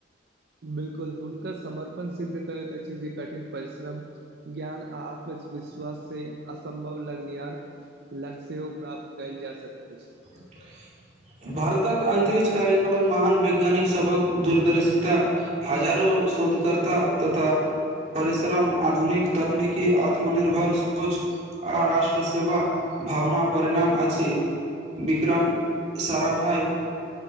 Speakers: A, on the right; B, on the right.
A: बिल्कुल, हुनकर समर्पण सिद्ध करैत अछि जे कठिन परिश्रम ज्ञान आ आत्म। विश्वास से असम्भव लगनिहार लक्ष्य सेहो प्राप्त कयल जा सकैत अछि।
B: <inaudible> भारतक अंतरिक्ष कार्यक्रम महान वैज्ञानिक सभक दूरदर्शित हज़ारों। शोधकर्ता तथा। परिश्रम, आधुनिक तकनीकी, आत्मनिर्भर सोच। आ राष्ट्र सेवा भावना परिणाम अछि। Vikram Sarabhai.